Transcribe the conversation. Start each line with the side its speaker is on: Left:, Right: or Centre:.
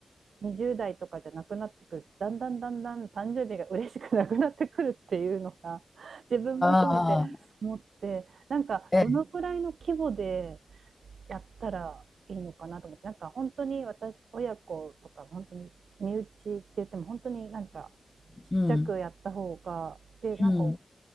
Right: 20代とかじゃなくなってくるだんだんだんだん誕生日が嬉しくなくなってくるっていうのが自分も含めて思ってなんかどのくらいの規模で
Left: ああええ。
Right: やったらいいのかなと思ってなんか本当に私親子とか本当に身内って言っても本当になんかちっちゃくやった方がでなんか
Left: うんうんうん。うん。